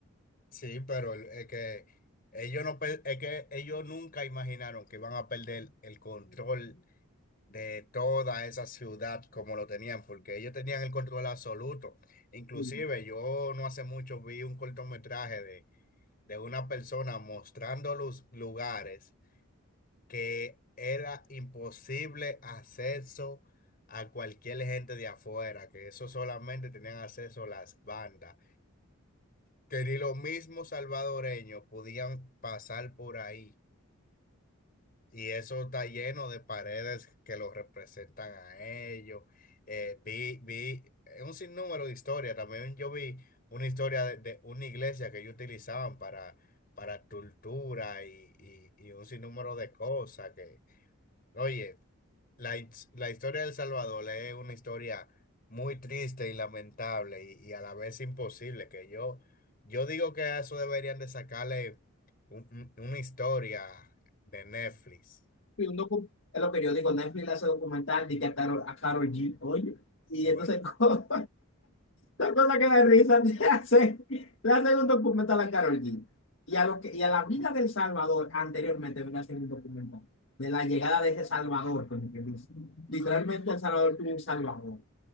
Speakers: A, on the left; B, on the left.
A: Sí, pero el- es que ellos no per- es que ellos nunca imaginaron que iban a perder el control de toda esa ciudad como lo tenían, porque ellos tenían el control absoluto. Inclusive
B: van.
A: yo no hace mucho vi un cortometraje de, de una persona mostrando los lugares que era imposible acceso a cualquier gente de afuera, que eso solamente tenían acceso las bandas que ni los mismos salvadoreños podían pasar por ahí. Y eso está lleno de paredes que los representan a ellos. Eh, vi, vi eh, un sinnúmero de historias. También yo vi una historia de, de una iglesia que ellos utilizaban para, para tortura y, y, y un sinnúmero de cosas que, oye. La, his- la historia de El Salvador es una historia muy triste y lamentable y, y a la vez imposible, que yo, yo digo que a eso deberían de sacarle un- un- una historia de Netflix.
B: vi un docu- en los periódicos Netflix le hace documental de que a Carol, a Karol G, oye, y entonces
A: Oye,
B: <laughs> co- la cosa que da risa <laughs> le hacen, le hacen un documental a Carol G. Y a, lo que, y a la vida del Salvador anteriormente le hacen un documental de la llegada de ese Salvador, como que dice.
A: sí,
B: Literalmente el Salvador tuvo un Salvador